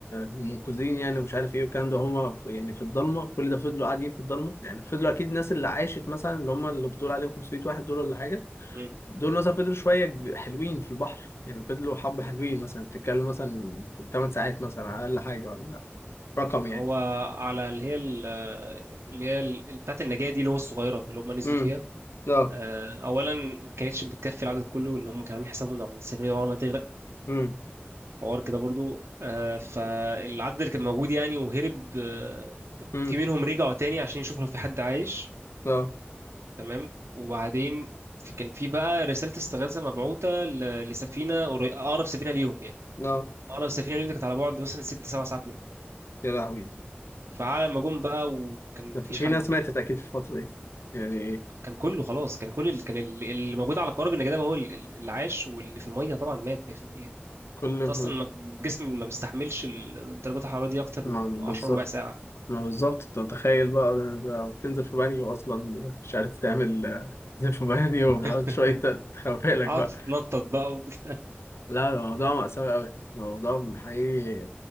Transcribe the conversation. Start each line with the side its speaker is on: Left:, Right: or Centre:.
Left: المنقذين يعني ومش عارف ايه والكلام ده هما في- يعني في الضلمة كل ده فضلوا قاعدين في الضلمة يعني فضلوا اكيد الناس اللي عاشت مثلا اللي هما اللي بتقول عليهم 500 واحد دول ولا حاجة
Right: مم.
Left: دول مثلا فضلوا شوية حلوين في البحر يعني فضلوا حبة حلوين مثلا بتتكلم مثلا 8 ساعات مثلا على اقل حاجة ولا رقم
Right: فهو
Left: يعني
Right: على اللي هي ال- اللي هي ال- بتاعه النجاه دي اللي هو الصغيره اللي هم نزلوا
Left: امم
Right: فيها
Left: لا
Right: آه، اولا ما كانتش بتكفي العدد كله اللي هم كانوا عاملين حسابهم ان السفينه دي عمرها ما هتغرق
Left: امم
Right: حوار كده برضو آه، فالعدد اللي كان موجود يعني وهرب آه،
Left: امم
Right: في منهم رجعوا تاني عشان يشوفوا لو في حد عايش
Left: لا
Right: تمام وبعدين كان في بقى رساله استغاثه مبعوثه ل- لسفينه قري- اقرب سفينه ليهم يعني.
Left: لا
Right: اه لو السفينه اليوم دي كانت على بعد مثلا ست سبع ساعات منهم
Left: يا لهوي
Right: فعلى ما جم بقى وكان
Left: ده
Right: مفيش
Left: في في
Right: حد
Left: ناس
Right: يعني
Left: ماتت أكيد في الفترة دي يعني
Right: كان كله خلاص كان كل اللي كان ال- اللي موجود على قارب النجاة ده هو ال- ال- اللي عاش واللي في الميه طبعا مات 100%
Left: كل
Right: انت اصلا ما- الجسم ما بيستحملش ال- درجات الحراره دي اكتر
Left: ما
Right: من
Left: بالظبط
Right: 10 ربع ساعه
Left: ما بالظبط أنت متخيل بقى ده ده بتنزل في بانيو أصلا مش عارف تعمل تنزل في بانيو وبتحاول
Right: <laughs>
Left: شوية تخبي لك
Right: قعد
Left: بقى
Right: تتنطط بقى و... <laughs>
Left: لا الموضوع مأساوي أوي الموضوع حقيقي